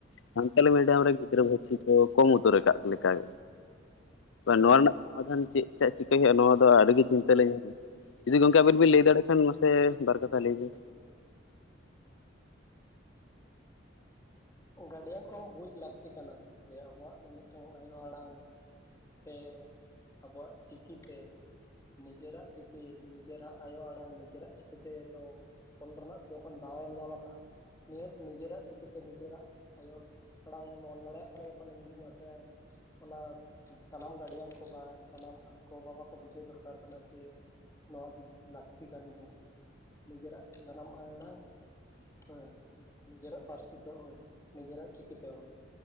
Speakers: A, on the left (about 85°); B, on the left (about 15°).
A: ᱥᱟᱱᱛᱟᱞᱤ ᱢᱤᱰᱤᱭᱟᱢ ᱨᱮ ᱜᱤᱫᱽᱨᱟᱹ ᱵᱷᱟᱹᱨᱛᱤ ᱠᱚ ᱠᱚᱢ ᱩᱛᱟᱹᱨ ᱟᱠᱟᱫ ᱞᱮᱠᱟᱜ
B: ᱦᱩᱸ
A: ᱱᱚᱣᱟ ᱨᱮᱱᱟᱜ ᱥᱚᱢᱟᱫᱷᱟᱱ ᱪᱮᱫ ᱪᱮᱫ ᱪᱤᱠᱟᱹᱭ ᱦᱩᱭᱩᱜᱼᱟ ᱱᱚᱣᱟ ᱫᱚ ᱟᱹᱰᱤᱜᱮ ᱪᱤᱱᱛᱟᱹ ᱞᱮ ᱧᱟᱢᱟ ᱡᱩᱫᱤ ᱜᱚᱝᱠᱮ ᱟᱵᱤᱱ ᱵᱤᱱ ᱞᱟᱹᱭ ᱫᱟᱲᱮᱭᱟᱜ ᱠᱷᱟᱱ ᱢᱟᱥᱮ ᱵᱟᱨ ᱠᱟᱛᱷᱟ ᱞᱟᱹᱭᱵᱮᱱ
B: ᱜᱟᱨᱰᱤᱭᱟᱱ ᱠᱚᱦᱚᱸ ᱵᱩᱡᱽ ᱞᱟᱹᱠᱛᱤ ᱠᱟᱱᱟ ᱡᱮ ᱟᱵᱚᱣᱟᱜ ᱫᱚ ᱢᱤᱫᱴᱟᱝ ᱟᱭᱳ ᱟᱲᱟᱝ ᱛᱮ ᱟᱵᱚᱣᱟᱜ ᱪᱤᱠᱤᱛᱮ, ᱱᱤᱡᱮᱨᱟᱜ ᱪᱤᱠᱤ ᱱᱤᱡᱮᱨᱟᱜ ᱟᱭᱳ ᱟᱲᱟᱝ ᱱᱤᱡᱮᱨᱟᱜ ᱪᱤᱠᱤᱛᱮ ᱫᱚ, ᱚᱞ ᱨᱮᱱᱟᱜ ᱡᱚᱠᱷᱚᱱ ᱫᱟᱣᱮᱢ ᱧᱟᱢ ᱟᱠᱟᱟᱜᱼᱟ, ᱱᱤᱦᱟᱹᱛ ᱱᱤᱡᱮᱨᱟᱜ ᱪᱤᱠᱤᱛᱮ ᱱᱤᱡᱮᱨᱟᱜ ᱟᱭᱳ ᱟᱲᱟᱝᱢ ᱚᱞ ᱫᱟᱲᱮᱭᱟᱜ ᱠᱟᱱᱟ ᱡᱚᱠᱷᱚᱱ ᱤᱧ ᱫᱩᱧ ᱟᱥᱟᱭᱟ ᱚᱱᱟ ᱥᱟᱱᱟᱢ ᱜᱟᱨᱰᱤᱭᱟᱱ ᱠᱚ ᱵᱟ ᱥᱟᱱᱟᱢ ᱜᱚ ᱵᱟᱵᱟ ᱠᱚ ᱵᱩᱡᱷᱟᱹᱣ ᱫᱚᱨᱠᱟᱨ ᱠᱟᱱᱟ ᱡᱮ, ᱱᱚᱣᱟ ᱫᱚ ᱞᱟᱹᱠᱛᱤ ᱠᱟᱱ ᱜᱮᱭᱟ ᱱᱤᱡᱮᱨᱟᱜ ᱡᱟᱱᱟᱢ ᱟᱲᱟᱝ ᱦᱮᱸ ᱱᱤᱡᱮᱨᱟᱜ ᱯᱟᱹᱨᱥᱤ ᱛᱮ ᱚᱞ ᱱᱤᱡᱮᱨᱟᱜ ᱪᱤᱠᱤᱛᱮ ᱚᱞ,